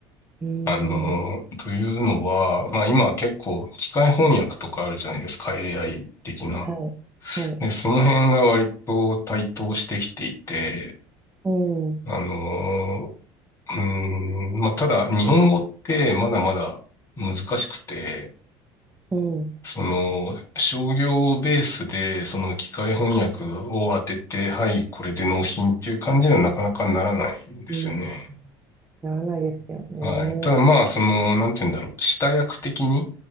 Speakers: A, on the right; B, on the left.
A: うー
B: あの、
A: ん、
B: というのは、まあ今結構機械翻訳とかあるじゃないですか、AI 的な。
A: はい、はい、
B: で、その辺が割と台頭してきていて、
A: うん、
B: あの、うん、まあただ日本語ってまだまだ難しくて、
A: うん、
B: その商業ベースでその機械翻訳を当てて、はい、これで納品っていう感じにはなかなかならないんですよね。
A: うん、ならないですよね。
B: はい。ただまあ、その、なんて言うんだろう。下訳的に、